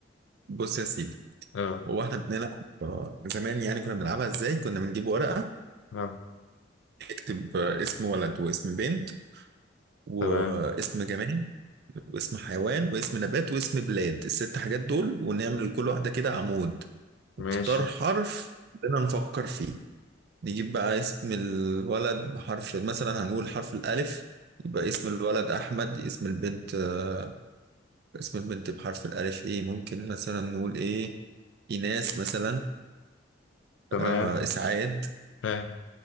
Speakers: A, on the right; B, on the left.
A: بص يا سيدي
B: اه
A: هو احنا بنلعب آه، زمان يعني كنا بنلعبها ازاي كنا بنجيب ورقه
B: اه
A: نكتب آه، اسم ولد واسم بنت واسم
B: تمام
A: جماد واسم حيوان واسم نبات واسم بلاد الست حاجات دول ونعمل كل واحده كده عمود
B: ماشي
A: نختار حرف بدنا نفكر فيه نجيب بقى اسم الولد بحرف مثلا هنقول حرف الألف يبقى اسم الولد أحمد اسم البنت آه، اسم البنت بحرف الألف إيه ممكن مثلا نقول إيه إيناس مثلا
B: تمام
A: آه، إسعاد
B: فاهم